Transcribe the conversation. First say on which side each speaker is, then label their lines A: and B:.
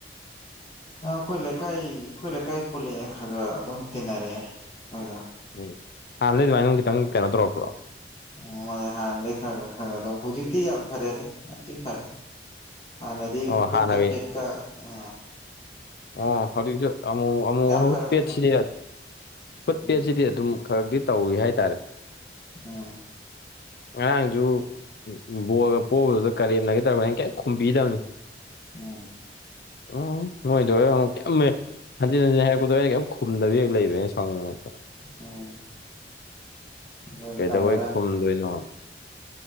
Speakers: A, on the left; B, on the left.
A: ꯑꯩꯈꯣꯏ ꯂꯩꯀꯥꯏ ꯑꯩꯈꯣꯏ ꯂꯩꯀꯥꯏ ꯄꯨꯜꯂꯛꯑꯦ ꯈꯔ ꯈ ꯑꯗꯨꯝ ꯇꯤꯟꯅꯔꯛꯑꯦ ꯑꯩꯈꯣꯏꯒ
B: ꯎꯝ ꯍꯥꯟꯗꯩ ꯑꯗꯨꯃꯥꯏꯅ ꯑꯗꯨꯝ ꯈꯤꯇꯪ ꯀꯩꯅꯣ ꯇꯧꯔꯛꯄ꯭ꯔꯣ
A: ꯎ ꯃꯥ ꯍꯥꯟꯅꯗꯒꯤꯩ ꯈ ꯈ ꯑꯗꯨ ꯍꯧꯖꯤꯛꯇꯤ ꯌꯥꯝ ꯐꯔꯦꯗ ꯌꯥꯝꯇꯤ ꯐꯔꯦ ꯑ ꯅꯗꯤ
B: ꯑꯣ
A: ꯈꯨꯠ
B: ꯍꯥꯟꯅꯒꯤ
A: ꯀ ꯐꯦꯠ ꯀ ꯑ
B: ꯑꯣ ꯍꯧꯁꯨ ꯑꯃꯨ
A: ꯌꯥꯝ
B: ꯍꯠ
A: ꯐꯔꯒꯨꯝꯕꯅꯤ
B: ꯄꯦꯠꯁꯤ ꯌꯥꯗꯤ ꯐꯨꯠ ꯄꯦꯠꯁꯤꯗꯤ
A: ꯎꯝ
B: ꯑꯗꯨꯝ ꯈꯔꯗꯤ ꯇꯧꯏꯤ ꯍꯥꯏꯇꯥꯔꯦ
A: ꯎꯝ
B: ꯉꯔꯥꯡꯁꯨ ꯕꯣꯒ ꯄꯣꯛꯕꯗꯨꯗ ꯀꯔꯦꯝꯅꯒꯦ ꯇꯧꯕꯅ ꯑꯩꯅ ꯀꯩ ꯈꯨꯝꯕꯤꯗꯕꯅꯤ
A: ꯎꯝ
B: ꯎꯝ ꯅꯣꯏꯗꯔ ꯑꯃꯨꯛ ꯀꯃꯦ ꯍꯟꯖꯤꯟ ꯍꯥꯏꯛꯄꯗꯣ ꯑꯩꯅ ꯀꯩꯝ ꯈꯨꯝꯗꯕꯤ ꯍꯦꯛ ꯂꯩꯕ ꯑ ꯁꯥꯎꯅꯤꯡꯉ
A: ꯎꯝ ꯑꯗꯨ
B: ꯀꯩꯗꯧꯧꯕꯩ
A: ꯇꯧꯒꯗꯝ
B: ꯈꯨꯝꯗꯣꯏꯅꯣ